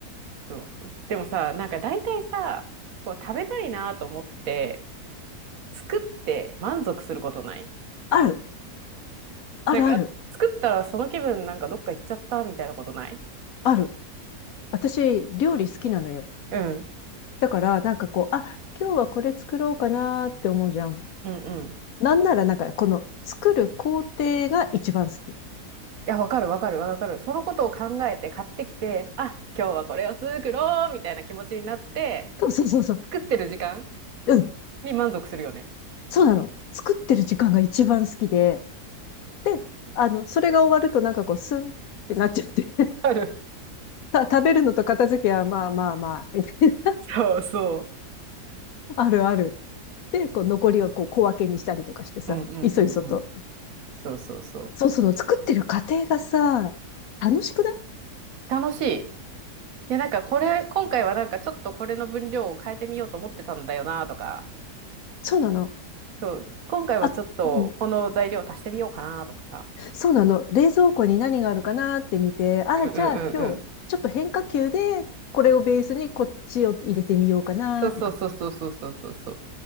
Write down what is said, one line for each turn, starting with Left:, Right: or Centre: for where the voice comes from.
Right: そう。でもさ、なんか大体さ、こう食べたいなと思って、作って満足することない
Left: ある、あるある、
Right: なんか、作ったらその気分なんかどっか行っちゃったみたいなことない
Left: ある。私、料理好きなのよ。
Right: うん。
Left: だから、なんかこう、あ、今日はこれ作ろうかなーって思うじゃん。
Right: うんうん。い
Left: なんなら、なんか、この、作る工程が一番好き。
Right: や、わかるわかるわかる。そのことを考えて買ってきて、あ、今日はこれを作ろうみたいな気持ちになって、
Left: そうそうそうそう。
Right: 作ってる時間
Left: うん、
Right: に満足するよね。
Left: そうなの。作ってる時間が一番好きで。で、あの、それが終わると、なんかこう、スンってなっちゃって。
Right: ある。
Left: <laughs> た食べるのと片付けは、まあまあまあ、みたいな。
Right: そうそ
Left: <laughs> あるある。で、こう、残りをこう、小分けにしたりとかしてさ、
Right: う。うんうんうんうん。
Left: いそいそと。
Right: そうそうそう。
Left: そう、その作ってる過程がさ、楽しくない
Right: 楽しい。いや、なんかこれ、今回はなんかちょっとこれの分量を変えてみようと思ってたんだよなとか、
Left: そうなの。
Right: そう、今回はちょっとこの材料足してみようかなとかさ。
Left: あ、うん、そうなの。冷蔵庫に何があるかなって見て、あ、
Right: うんうんうん
Left: じゃあ今日、ちょっと変化球で、これをベースにこっちを入れてみようかなとか。
Right: そうそうそうそうそうそうそうそう。